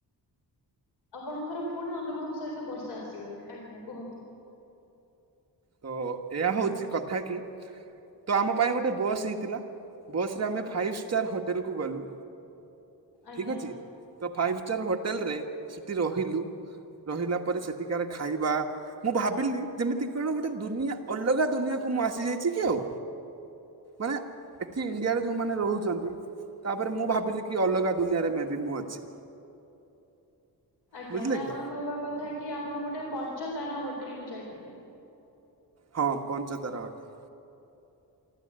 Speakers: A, on the left (about 80°); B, on the right (about 40°).
A: ଆପଣଙ୍କର ଫୁଣି ଅନୁଭବ ସହିତ ବର୍ଷା ଆସିଗଲେ ଆଜ୍ଞା କୁହନ୍ତୁ।
B: ତ ଏହା ହଉଚି କଥା କି ତ ଆମ ପାଇଁ ଗୋଟେ ବସ୍ ହେଇଥିଲା ବସ୍ ରେ ଆମେ ଫାଇପ୍ ଷ୍ଟାର୍ ହଟେଲ୍ କୁ ଗଲୁ।
A: ଆଜ୍ଞା।
B: ଠିକ୍ ଅଛି ତ ଫାଇବ୍ ଷ୍ଟାର୍ ହୋଟେଲ୍ ରେ ସେଠି ରହିଲୁ। ରହିଲା ପରେ ସେଠିକାର ଖାଇବା ମୁଁ ଭାବିଲି ଯେମିତି କାରଣ ଗୋଟେ ଦୁନିଆ ଅଲଗା ଦୁନିଆକୁ ମୁଁ ଆସିଯାଇଛି କି ଆଉ। ମାନେ ଏଠି ଇଣ୍ଡିଆରେ ଯୋଉମାନେ ରୋହୁଚନ୍ତି ତାପରେ ମୁଁ ଭାବିଲି କି ଅଲଗା ଦୁନିଆରେ ମେ ବି ମୁଁ ଅଛି।
A: ଆଜ୍ଞା
B: ବୁଝିଲେ
A: ମାନେ ଆପଣ
B: କି
A: କହିବା କଥା କି ଆପଣ ଗୋଟେ ପଞ୍ଚତାରା ହୋଟେଲ୍ କୁ ଯାଇଥିଲେ।
B: ହଁ ପଞ୍ଚତାରା ହଟେ